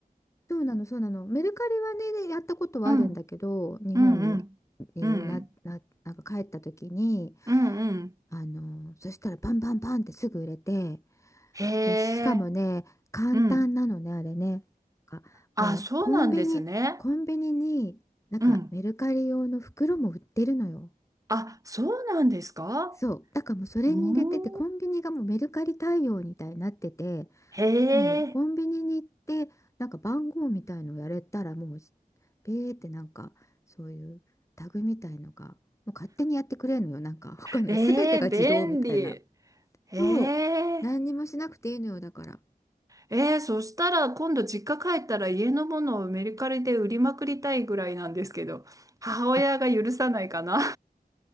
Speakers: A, on the left; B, on the right.
A: そうなの、そうなの。メルカリはね、やったことはあるんだけど、
B: うん、
A: 日本に、
B: うん、うん、
A: にな、
B: うん、
A: な、なんか帰った時に、
B: うん、うん
A: あの、そしたらバンバンバンってすぐ売れて、
B: へえ、
A: で、しかもね、簡単なのね、
B: うん。
A: あれね。なんかもうコンビニ、
B: あ、そうなんですね。
A: コンビニになんかメルカリ用の袋も売ってるのよ。
B: うん。あ、そうなんですか
A: そう。だからもうそれに入れてて、
B: うん。
A: コンビニがもうメルカリ対応みたいになってて、
B: へ
A: もうコンビニに行ってなんか番号みたいのをやれたらもう
B: え、
A: ペーってなんかそういうタグみたいのがもう勝手にやってくれるのよなんかわかんない全てが自動みたいな
B: ええ、便利。へえ。
A: そう何にもしなくていいのよだから
B: えー、そしたら今度実家帰ったら家のものをメルカリで売りまくりたいぐらいなんですけど、母親が許さないかな。
A: あ